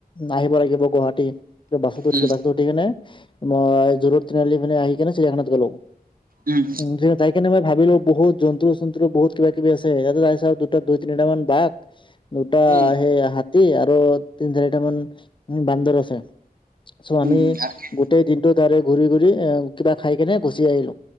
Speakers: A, on the left; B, on the right.
A: আহিব লাগিব গুৱাহাটী বাছত উঠিলে
B: উম
A: বাছত উ কেনে ম জোৰত তিনিআলি পিনে আহি কিনে চিয়াখানাত গলো
B: উম
A: উ তাইকেনত ভাবিলো বহুত জন্তু চন্তুৰ বহুত কিবা কিবি আছে ইয়াতে তাই চাও দুটা দুই তিনিটা মান বাঘ দুটা
B: উম
A: সেই হাতী আৰু তিন চাৰিটাামান বান্দৰ আছে চ আমি
B: উম উম আৰু কি?
A: গোটেই দিন তাৰে ঘূৰি ঘুৰি এ কিবা খাই কিনে ঘুচি আহিলো